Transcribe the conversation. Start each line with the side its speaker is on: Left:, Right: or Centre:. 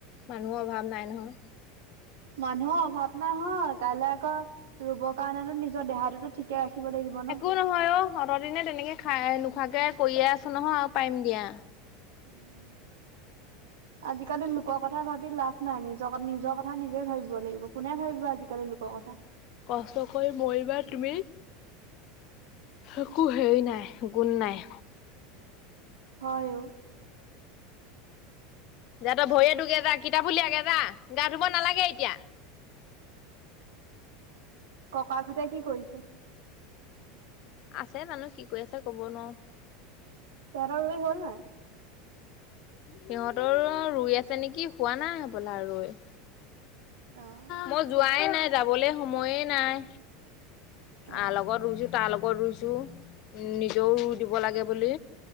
Left: মানুহৰ অভাৱ নাই নহয়।
Right: মানুহৰ অভাৱ নাই হয়। কাইলে আকৌ ৰুবৰ কাৰণেতো নিজৰ দেহাটোতো ঠিকে ৰাখিব লাগিব। ন।
Left: একো নহয় অ। অ'ত দিনে তেনেকে খাই নোখোৱাকে কৰিয়ে আছো নহয় আৰু পাৰিম দিয়া।
Right: উম। আজিকালি লোকৰ কথা ভাবি লাভ নাই। নিজৰ ক নিজৰ কথা নিজে ভাবিব লাগিব। কোনে ভাবিব আজিকালি লোকৰ কথা?
Left: কষ্ট কৰি মৰিবা তুমি একো হেৰি নাই গুণ নাই।
Right: হয় অ।
Left: যা তই ভৰি হাত ঢুগে যা। কিতাপ উলিয়াগে যা, গা ধুব নালাগে এতিয়া।
Right: ককাকহতে কি কৰিছে?
Left: আছে জানো কি কৰি আছে ক'ব নোৱাৰো?
Right: তহঁতৰ ৰুই হ'ল নাই?
Left: সিহঁতৰ ৰুই আছে নেকি, হোৱা নাই হবলা ৰুই।
Right: অ'
Left: মই যোৱাই নাই, যাবলৈ সময়ে নাই।
Right: অ'
Left: আৰ লগত ৰুইছো, তাৰ লগত ৰুইছো, নিজেও ৰুই দিব লাগে বুলি।